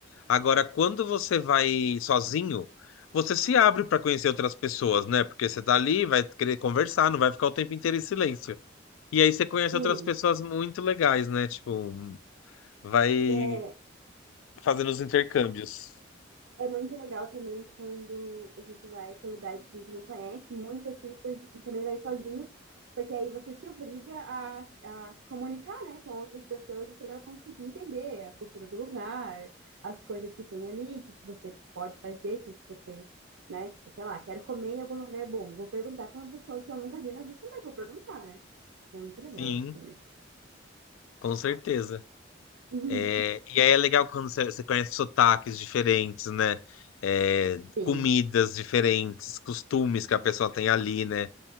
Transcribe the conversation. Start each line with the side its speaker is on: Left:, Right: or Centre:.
Left: Agora, quando você vai sozinho, você se abre para conhecer outras pessoas, né? Porque você tá ali, vai querer conversar, não vai ficar o tempo inteiro em silêncio. E aí você conhece
Right: sim.
Left: outras pessoas muito legais, né? Tipo, vai
Right: é
Left: fazendo os intercâmbios.
Right: É muito legal também quando a gente vai para lugares que a gente não conhece muito, assim, porque- e também vai sozinho, porque aí você se obriga a, a se comunicar, né, com outras pessoas para conseguir entender a cultura do lugar, as coisas que tem ali, o que que você pode fazer, o que que você, né, tipo, sei lá, quero comer em algum lugar bom, vou perguntar para uma pessoa que eu nunca vi na vida, mas vou perguntar, né? Então É muito legal
Left: Sim,
Right: isso também,
Left: com
Right: muito
Left: certeza.
Right: massa. Uhum.
Left: É, e aí é legal quando você, você conhece sotaques diferentes, né? É,
Right: Sim,
Left: comidas diferentes, costumes que a pessoa tem ali, né?